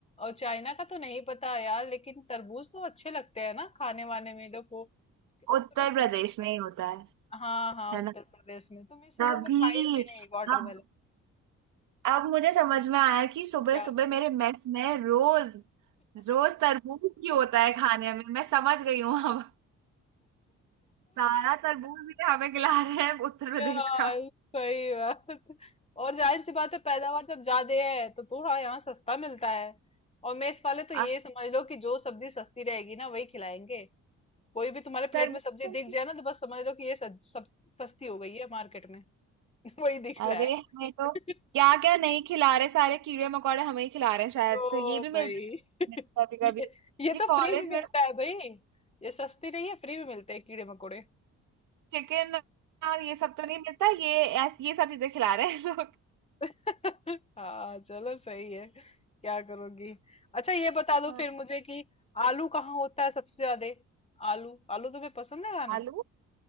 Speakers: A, on the left; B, on the right.
A: और चाइना का तो नहीं पता यार लेकिन तरबूज तो अच्छे लगते हैं ना खाने वाने में देखो तुम्हें-
B: उत्तर प्रदेश में ही होता है
A: हाँ हाँ
B: है
A: उत्तर
B: ना
A: प्रदेश में तुम इस सीजन
B: तभी
A: में खाई हो कि नहीं वाटरमेलन
B: अब अब मुझे समझ में आया कि सुबह
A: क्या
B: सुबह मेरे मेस में रोज रोज तरबूज की होता है खाने में मैं समझ गई हूँ अब। सारा तरबूज ये हमें खिला रहे हैं उत्तर प्रदेश
A: यार
B: का
A: सही बात और जाहिर सी बात है पैदावार जब ज्यादा है तो थोड़ा यहाँ सस्ता मिलता है और मेस वाले तो ये
B: अब
A: समझ लो कि जो सब्जी सस्ती रहेगी ना वही खिलाएंगे कोई भी तुम्हारे
B: तरबूज
A: प्लेट में सब्जी
B: से-
A: दिख जाए ना तो बस समझ लो कि ये सज- सब सस्ती हो गई है मार्केट में <laughs> वही दिख
B: अरे
A: रहा है
B: हमें तो
A: <laughs>
B: क्या क्या नहीं खिला रहे सारे कीड़े मकोड़े हमें ही खिला रहे हैं शायद
A: ओ
B: तो ये भी मिलता
A: भाई <laughs>
B: है कभी कभी
A: ये ये
B: ये
A: तो
B: कॉलेज
A: फ्री में मिलता
B: में
A: है भाई ये सस्ती नहीं है फ्री में मिलते हैं कीड़े मकोड़े
B: चिकन और ये सब तो नहीं मिलता ये ऐस ये सब चीजें खिला रहे हैं <laughs> लोग
A: <laughs> हाँ चलो सही है क्या करोगी अच्छा ये बता दो
B: हाँ,
A: फिर मुझे कि आलू कहाँ होता है सबसे ज्यादा आलू आलू तुम्हें पसंद है खाना
B: आलू